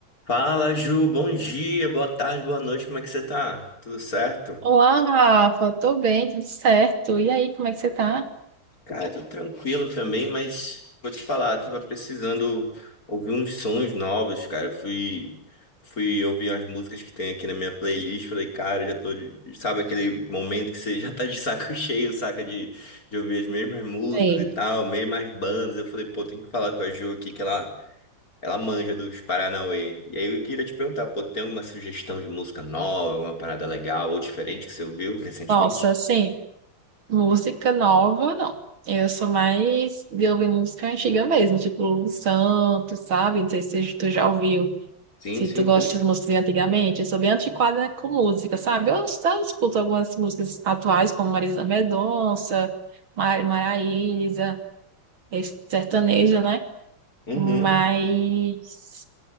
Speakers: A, on the left; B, on the right.
A: Fala, Ju. Bom dia, boa tarde, boa noite. Como é que você tá? Tudo certo?
B: Olá, Rafa, tô bem, tudo certo. E aí, como é que você tá?
A: Cara, tudo tranquilo também, mas vou te falar, tava precisando ouvir uns sons novos, cara. Fui, fui ouvir as músicas que tem aqui na minha playlist. Falei, cara, já tô. de- Sabe aquele momento que você já tá de saco <laughs> cheio, saca? De, de ouvir as mesmas músicas
B: Bem.
A: e tal, mesmas bandas. Eu falei, pô, tem que falar com a Ju aqui, que ela Ela manja dos Paranauê. E aí eu queria te perguntar, pô, tem alguma sugestão de música nova, alguma parada legal ou diferente que você ouviu recentemente?
B: Nossa, assim, música nova, não. Eu sou mais de ouvir música antiga mesmo, tipo Lulu Santos, sabe? Não sei se tu já ouviu,
A: Sim,
B: se
A: sim,
B: tu gosta
A: curto.
B: de músicas de antigamente. Eu sou bem antiquada com música, sabe? Eu só escuto algumas músicas atuais, como Marisa Mendonça, Mari Maraíza, esse sertanejo, né?
A: Uhum.
B: Mas